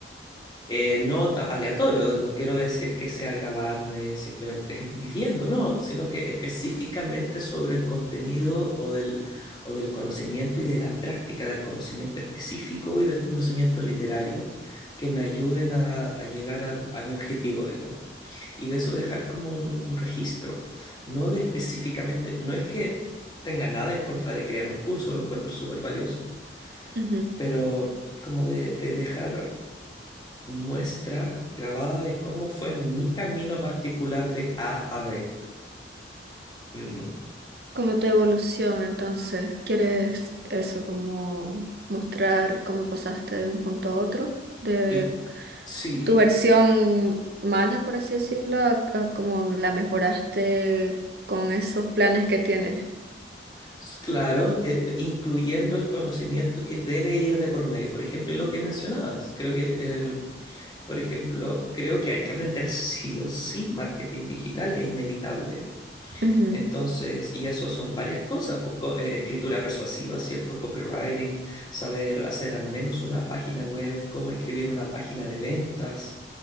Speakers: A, on the left (about 25°); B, on the right (about 55°).
A: eh, no ta- aleatorio, no quiero decir que sea grabarme simplemente <laughs> viviendo, no, sino que específicamente sobre el contenido o del, o del conocimiento y de la práctica del conocimiento específico y del conocimiento literario que me ayuden a, a llegar al- a mi objetivo, digamos. Y de eso dejar como un, un registro, no de específicamente, no es que tenga nada en contra de crear un curso, lo encuentro súper valioso,
B: ujú,
A: pero como de de dejar muestra grabada de cómo fue mi camino particular de A a B. Mm,
B: Como tu evolución, entonces, ¿quieres eso, como mostrar cómo pasaste de un punto a otro? De
A: eh, Sí,
B: tu versión mala, por así decirlo, a, a cómo la mejoraste con esos planes que tienes.
A: s- claro, eh, incluyendo el conocimiento que debe ir de por medio. Por ejemplo, y lo que mencionabas, creo que, eh, por ejemplo, creo que hay que aprender sí o sí marketing digital, es inevitable.
B: Ujú,
A: Entonces, y eso son varias cosas, pues co- eh, escritura persuasiva, ¿cierto? Copywriting, saber hacer al menos una página web, cómo escribir una página de ventas